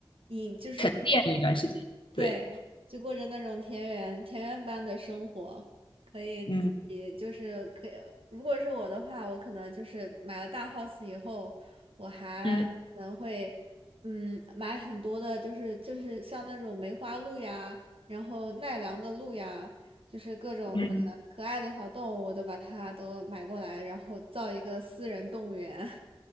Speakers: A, on the right; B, on the left.
A: 你就是。
B: 变一段时间。对，
A: 对，就过着那种田园田园般的生活，可以自己就是可以。
B: 嗯
A: 如果是我的话，我可能就是买了大 house 以后，我还可能会嗯买很多的，
B: 嗯
A: 就是就是像那种梅花鹿呀，然后奈良的鹿呀，就是各种的可爱的小动物，
B: 嗯。
A: 我都把它都买过来，然后造一个私人动物园，